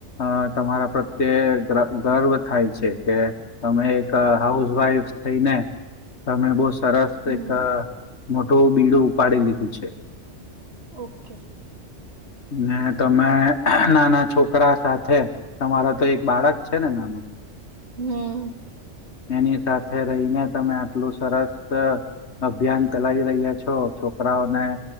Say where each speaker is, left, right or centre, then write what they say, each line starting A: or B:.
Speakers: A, on the left (about 65°); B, on the right (about 65°).
A: અ તમારા પ્રત્ તે ગ્ર-ગર્વ થાય છે કે તમે એક
B: ઓકે
A: હાઉસવાઈફ સ થઈને તમે બહુ સરસ
B: હમ
A: એક મોટું બીડું ઉપાડી લીધું છે.
B: ઓકે.
A: ને તમે નાના છોકરા સાથે તમારો તો એક બાળક છે ને નાનું?
B: હમ્મ.
A: એની સાથે રહીને તમે આટલું સરસ અભિયાન ચલાવી રહ્યા છો છોકરાઓને